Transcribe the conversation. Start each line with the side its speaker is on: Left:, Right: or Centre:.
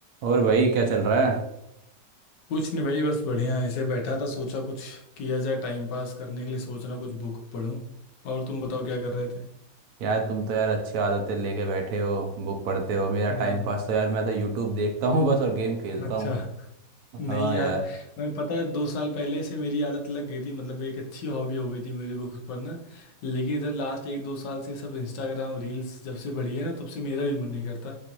Right: और भाई क्या चल रहा है
Left: कुछ नहीं भाई बस बढ़िया ऐसे बैठा था सोचा कुछ किया जाए टाइम पास करने के लिए सोच रहा हूँ कुछ बुक पढूं और तुम बताओ क्या कर रहे थे
Right: यार तुम तो यार अच्छी आदतें लेके बैठे हो बुक पढ़ते हो मेरा
Left: हाँ
Right: टाइम पास तो यार मैं तो यूट्यूब देखता हूँ <laughs> बस और गेम खेलता
Left: अच्छा
Right: हूँ
Left: नहीं
Right: हाँ
Left: यार
Right: यार
Left: मैं पता है दो साल पहले से मेरी आदत लग गई थी मतलब एक अच्छी हॉबी हो गई थी मेरी बुक्स पढ़ना लेकिन इधर लास्ट एक दो साल से सब इंस्टाग्राम रील्स जब से बढ़ी है ना तब से मेरा भी मन नहीं करता